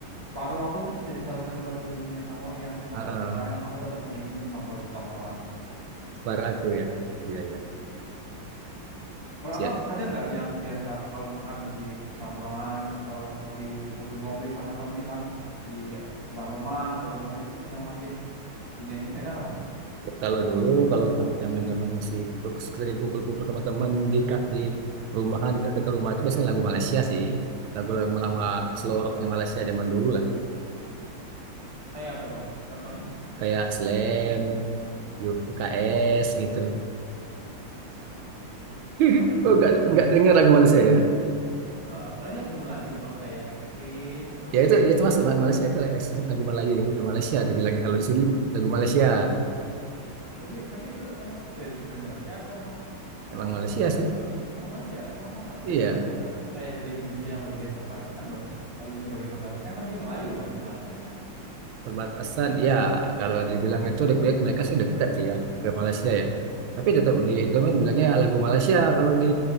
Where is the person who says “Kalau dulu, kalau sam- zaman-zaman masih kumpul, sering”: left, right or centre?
Right